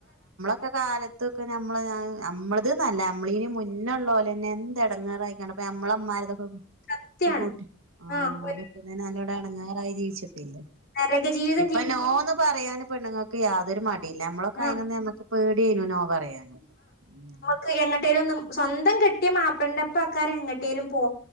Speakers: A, on the right; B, on the left.
A: ന്റെ കാലത്തൊക്കെ നമ്മളെ ഞാ നമ്മളത് നല്ല നമ്മളിന് മുന്നള്ളോലെ ന്നെ എന്ത് എടങ്ങാറായിക്കണ്. അപ്പ നമ്മളമ്മാർതൊക്കെ...
B: സത്യാണ്.
A: ട്ടെ, ആ
B: ആഹ്
A: ലപ്പന്നെ നല്ലോനടങ്ങാറായി ജീവിച്ചട്ടല്ലേ,
B: നരക ജീവിതം
A: ഇപ്പ...
B: ജീവി
A: നോന്ന് പറയാന് പെണ്ണുങ്ങൾക്ക് യാതൊരു മ പിന്നെ നമ്മളൊക്കെ
B: ആഹ്
A: അയിനൊന്ന് നമ്മക്ക് പേടെയിനു നോ പറയാനും. ഉം ഉം.
B: പ എങ്ങട്ടേലും ഒന്നും സ്വന്തം കെട്ടിയ മാപ്പൾണ്ടപ്പക്കാരം എങ്ങട്ടേലും പോ,